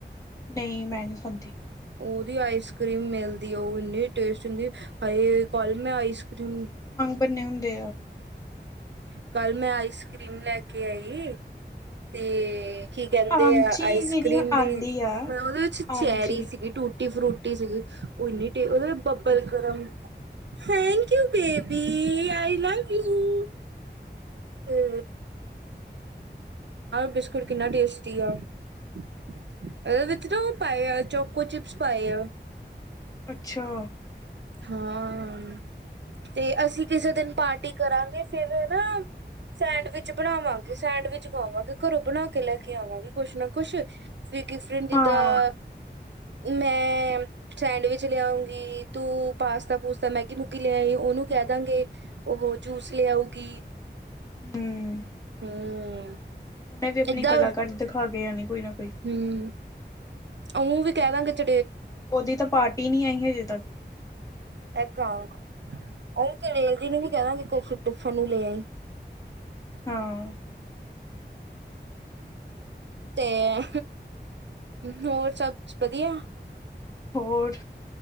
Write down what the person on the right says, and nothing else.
ਉਹਦੀ ਆਈਸਕ੍ਰੀਮ ਮਿਲਦੀ ਉਹ ਇਨੀ ਟੇਸ ਇਹ ਕਾਲ ਮੇ ਆਈਸਕ੍ਰੀਮ
ਕੱਲ ਮੈਂ ਆਈਸਕ੍ਰੀਮ ਲੈ ਕੇ ਆਈ ਤੇ, ਇਹ ਕੀ ਕਹਿੰਦੇ
ਆ ਆਈਸਕ੍ਰੀਮ
ਵੀ
ਮੈਂ ਉਹਦੇ ਵਿੱਚ ਚੈਰੀ
ਸੀਗੀ ਟੂਟੇ ਇ ਫਰੂਟੀ ਸੀਗੀ ਉਹ ਇੰਨੀ ਟੇਬਲ ਗਰਮ <unintelligible>
ਤੇ ਬਿਸਕੁਟ ਕਿੰਨਾ ਟੇਸਟੀ ਆ ਓਹਦੇ ਵਿੱਚ ਨਾ ਓਹ ਪਾਏ ਆ ਚੋਕੌ ਚਿੱਪਸ ਪਾਏ ਹੈ
ਹਾਂ ਤੇ ਅਸੀਂ ਕਿਸੇ ਦਿਨ ਪਾਰਟੀ ਕਰਾਂਗੇ ਫਿਰ ਹੈ ਨਾ ਸੈਂਡਵਿਚ ਬਣਾਵਾਂਗੇ ਸੈਂਡਵਿਚ ਪਾਵਾਂਗੇ ਘਰੋ ਬਣਾ ਕੇ ਲੈ ਕੇ ਆਵਾਂਗੀ ਕੁਛ ਨਾ ਕੁਛ ਦਿਫਰੰਟ ਜੀਦਾ,
ਮੈਂ ਸੈਂਡਵਿਚ ਲਿਆਉਗੀ ਓਹ ਪਾਸਤਾ ਪੁਸਤਾ ਮੈਗੀ ਮੁੱਗਿ ਲੈ ਆਈ ਉਹਨੂੰ ਕਹਿ
ਦਾਂਗੇ ਉਹ ਜੂਸ ਲਿਆਉਗੀ
ਹਮ
ਏਦਾਂ
ਹਮ ਉਹਨੂੰ ਵੀ ਕਹਿ ਦਾਂਗੇ ਚ
<unintelligible> ਟਿਫਨ ਨੂੰ ਲੇ ਆਈ
ਤੇ ਹੋਰ ਸਭ ਵਧੀਆ